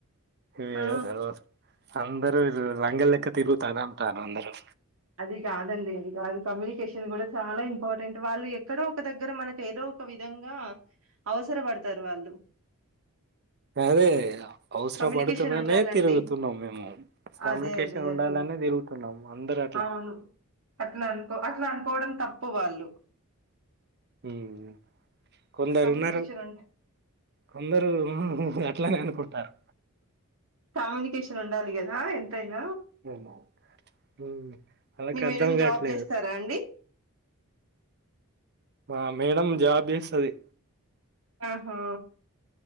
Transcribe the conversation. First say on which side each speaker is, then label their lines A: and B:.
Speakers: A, on the right (about 50°); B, on the right (about 70°).
A: మీరు
B: ఆ!
A: అందరు లంగల్లెక్క తిరుగుతాన అంటారందరు
B: అది కాదండి అది కాదు కమ్యూనికేషన్ కూడ చాల ఇంపార్టెంట్ వాళ్ళు ఎక్కడో ఒక దగ్గర మనకు ఏదో ఒక విధంగా అవసరపడతారు వాళ్ళు
A: అదే అవసర
B: కమ్యూనికేషన్
A: పడుతుందనే
B: ఉండాలండి.
A: తిరుగుతున్నాం మేము కమ్యూనికేషన్
B: అదే. అదే.
A: ఉండాలనే
B: అదే.
A: తిరుగుతున్నాం అందరం
B: అవును అట్లా అనుకో అట్లా అనుకోవడం త ప్పు వాళ్ళు
A: హ్మ్ కొందరు
B: కమ్యూనికేషన్
A: ఉన్నారు
B: ఉ
A: కొందరూ హూ హూ అట్లనే అనుకుంటారు
B: కమ్యూనికేషన్ ఉండాలి గదా ఎం తైన
A: ఉమ్. ఉమ్. వాళ్ళకి
B: మీ మేడం
A: అర్థం కావట్లేదు
B: జాబ్ చేస్తారా అండి
A: మా మేడం జాబ్ చేస్తది
B: ఆహా